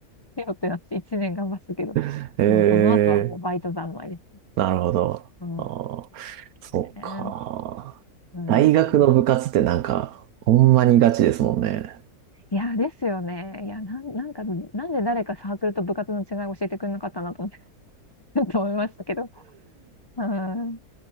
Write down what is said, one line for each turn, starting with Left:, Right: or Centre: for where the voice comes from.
Left: でよってなって、一年頑張ったけど、
Right: <laughs> ええ、
Left: もうその後はもうバイト三昧です。
Right: なるほど。
Left: うん。
Right: ああ、そっか。
Left: ねうん、
Right: 大学の部活ってなんか、ほんまにガチですもんね。
Left: いや、ですよね。いや、なん、なんか、なんで誰かサークルと部活の違い教えてくれなかったなと思って <laughs> と思いましたけど。うん。